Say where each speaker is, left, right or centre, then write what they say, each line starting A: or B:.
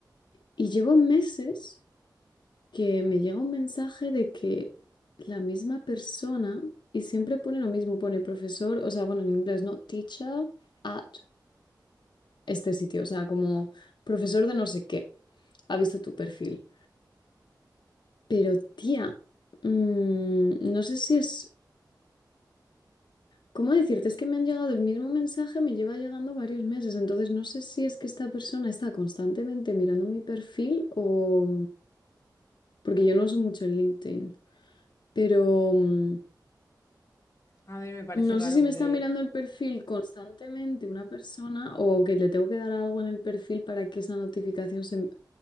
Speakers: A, on the left; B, on the left.
A: Y llevo meses que me llega un mensaje de que la misma persona, y siempre pone lo mismo, pone profesor, o sea, bueno, en inglés, ¿no? Teacher at este sitio, o sea, como profesor de no sé qué, ha visto tu perfil. Pero tía, mm, no sé si es ¿Cómo decirte? Es que me han llegado el mismo mensaje, me lleva llegando varios meses, entonces no sé si es que esta persona está constantemente mirando mi perfil o porque yo no uso mucho el LinkedIn, pero mm,
B: A ver, me parece
A: no
B: raro
A: sé si
B: porque
A: me está mirando el perfil constantemente una persona o que le tengo que dar algo en el perfil para que esa notificación se...